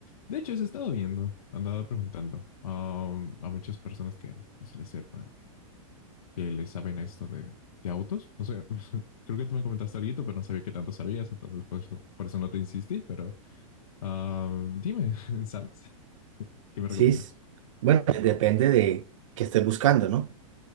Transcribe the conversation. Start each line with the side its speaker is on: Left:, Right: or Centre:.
Left: De hecho, eso he estado viendo, andaba preguntando um, a muchas personas que pues, le sepan, que le saben esto de, de autos. No sé, <laughs> creo que tú me comentaste algo, pero no sabía qué tanto sabías, entonces por eso, por eso no te insistí, pero Ah, dime, <laughs> ¿sabes? ¿Qué me
Right: Sí,
Left: recomiendas?
Right: s- bueno, depende de qué estés buscando, ¿no?